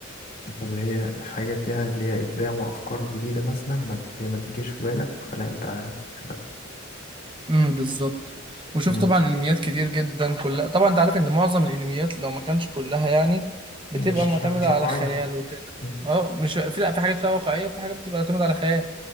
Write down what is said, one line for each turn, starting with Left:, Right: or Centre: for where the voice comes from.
Left: اللي هي حاجة فيها اللي هي إبداع وأفكار جديدة مثلا ما اللي ما تجيش في بالك فلا انت حبها
Right: امم بالظبط وشفت
Left: مم.
Right: طبعا انميات كتير جدا كلها طبعا انت عارف ان معظم الانميات لو ما كانش كلها يعني بتبقى
Left: مش
Right: معتمدة
Left: مش واقعية
Right: على خيال وكده
Left: مم.
Right: اه مش في لا في حاجات فيها واقعية وفي حاجات بتبقى معتمدة على خيال